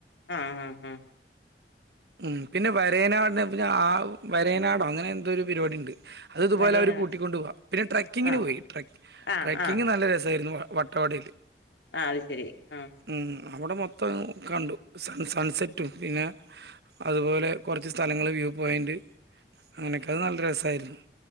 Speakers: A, on the left (about 80°); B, on the right (about 65°).
A: ആ ആ ആ
B: ഉം പിന്നെ വരയനാടിനെ പിന്നെ ആ വരയനാടോ അങ്ങനെന്തോ ഒരു പരിപാടിണ്ട് അത് ഇതുപോലെ
A: വരേനാട്
B: അവര് കൂട്ടിക്കൊണ്ട് പോവ പിന്നെ ട്രക്കിങ്ങിന്
A: ആ
B: പോയി ട്ര
A: ആ
B: ട്രക്കിങ്ങ്
A: ആ
B: നല്ല രസായിരുന്നു വ വട്ടവടേല്
A: ആഹ് അത് ശരി ആഹ്
B: ഉം അവടെ മൊത്തം കണ്ടു സൺ സൺസെറ്റും പിന്നെ അതുപോലെ കൊറച്ച് സ്ഥലങ്ങള് വ്യൂ പോയിന്റ് അങ്ങനെയൊക്കെ അത് നല്ല രസായിരുന്നു